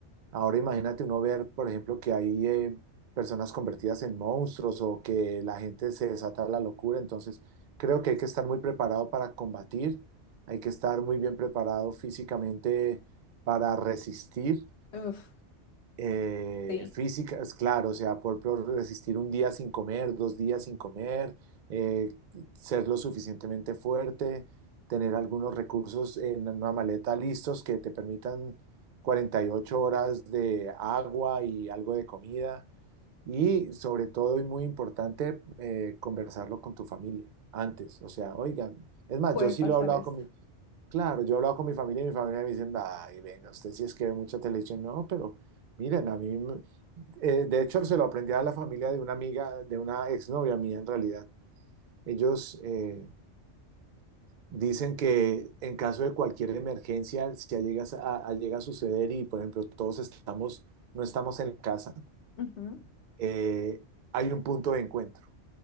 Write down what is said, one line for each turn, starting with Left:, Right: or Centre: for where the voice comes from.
Right: Ahora imagínate uno ver, por ejemplo, que hay eh, personas convertidas en monstruos o que la gente se desata la locura. Entonces, creo que hay que estar muy preparado para combatir, hay que estar muy bien preparado físicamente para resistir
Left: Uf,
Right: eh,
Left: sí,
Right: físicas, claro, o sea, por, por resistir un día sin comer, dos días sin comer, eh, ser lo suficientemente fuerte, tener algunos recursos en una maleta listos que te permitan 48 horas de agua y algo de comida. Y sobre todo, y muy importante, eh, conversarlo con tu familia antes. O sea, oigan, es más,
Left: puede
Right: yo sí
Left: pasar
Right: lo he hablado
Left: esto.
Right: con mi, Claro, yo hablaba con mi familia y mi familia me dicen, ay, venga, usted sí es que ve mucha televisión. No, pero miren, a mí, me- eh, de hecho, se lo aprendí a la familia de una amiga, de una exnovia mía en realidad. Ellos eh, dicen que en caso de cualquier emergencia, si llega a, a- llega a suceder y, por ejemplo, todos estamos, no estamos en la casa,
Left: Ujú.
Right: eh, hay un punto de encuentro.